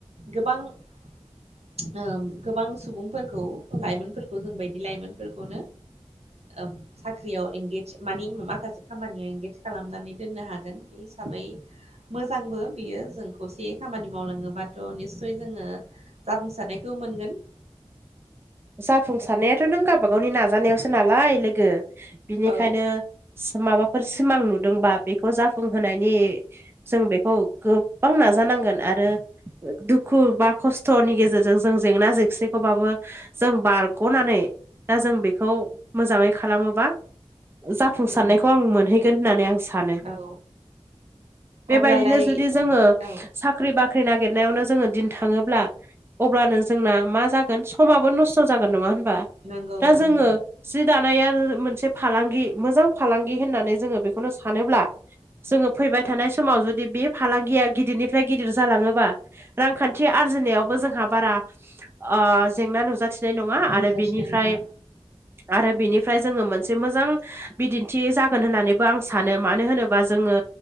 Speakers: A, on the right; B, on the right.
A: गोबां ओ- गोबां सुबुंफोरखौ लाइमोनफोरखौ जों बायदि लाइमोनफोरखौ ओम साख्रियाव एंगेज मानि माखासे खामानियाव एंगेज खालामनानै दोननो हागोन बे हिसाबै मोजांबो बियो जों खौसेयै खामानि मावलाङोबाथ' निसय जोङो जाफुंसारनायखौ मोनगोन
B: जाफुंसारनायाथ' नों गावबागावनि नाजानायावसो नालाय लोगो बिनिखायनो
A: औ
B: माबाफोर सिमां नुदोंबा बेखौ जाफुंहोनायनि जों बेखौ गोब्बां नाजानांगोन आरो दुखु बा खस्थ'नि गेजेरजों जों जेंना जेंसिखौबाबो जों बारग'नानै दा जों बेखौ मोजाङै खालामोबा जाफुंसारनायखौ
A: उम
B: आं मोनहैगोन होननानै आं सानो
A: औ
B: बेबायदिनो
A: अब्लालाय
B: जुदि जोङो।
A: औ
B: साख्रि बाख्रि नागिरनायावनो जोङो दिन थाङोब्ला अब्लानो जोंना मा जागोन? समाबो नस्थ' जागोन नङा होनबा
A: नंगौ
B: दा जोङो
A: नंगौ
B: जि दानाया मोनसे फालांगि मोजां फालांगि होननानै जोङो बेखौनो सानोब्ला जोङो फैबाय थानाय समाव जुदि बे फालांगिया गिदिरनिफ्राय गिदिर जालाङोबा रांखान्थि आरजिनायावबो जोंहा बारा ओ- जेंना नुजाथिनाय नङा
A: नुजाथिनाय
B: आरो बिनिफ्राय
A: नङा
B: आरो बिनिफ्राय जोङो मोनसे मोजां। बिदिन्थि जागोन होननानैबो आं सानो मानो होनोबा जोङो